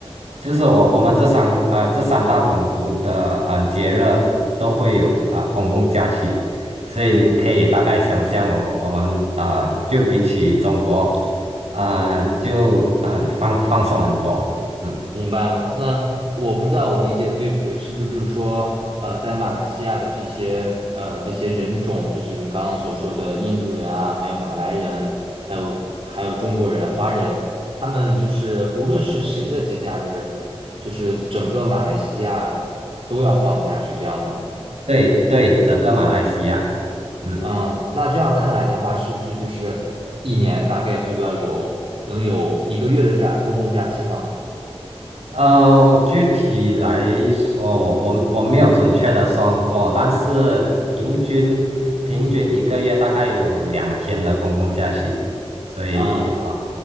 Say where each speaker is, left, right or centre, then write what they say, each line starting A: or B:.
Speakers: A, on the right; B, on the right.
A: 就是我我们这三啊、呃这三大种族的嗯、呃节日都会有啊、呃公共假期。所以你可以大概想象我我们啊、呃就比起中国，啊、就嗯、呃放放松很多，嗯，
B: 明白了。那我不知道我理解对不对，是不是就是说，呃，在马来西亚的这些呃这些人种，就是你刚刚所说的印度人啊，还有马来人，还有还有中国人、华人，他们就是无论是谁的节假日，就是整个马来西亚都要放假，是这样吗？
A: 对对，整个马来西亚，嗯，
B: 嗯，那这样看来的话，是不是就是一年大概就要有能有一个月的假，公共假期吗？
A: 呃，我具体来说，我我我没有准确的算过，但是平均平均一个月大概有两天的公共假期，所以啊、
B: 啊，